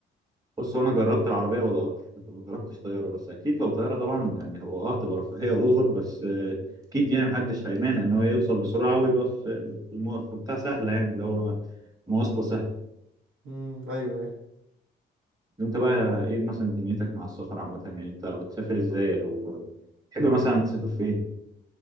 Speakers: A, on the right; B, on the right.
A: بص هو انا جربت العربيه والقطر لكن ما جربتش طياره بس اكيد لو طياره طبعا يعني هو اه هتبقى رفاهيه اوفر بس آه، اكيد يعني محدش هيمانع ان هو يوصل بسرعه ويبقى في في الم- في بتاع سهله يعني اللي هو مواصله سهله
B: امم ايوه ايوه
A: انت بقى ايه مثلا دنيتك مع السفر عامه يعني انت بتسافر ازاي او آه، تحب مثلا تسافر فين؟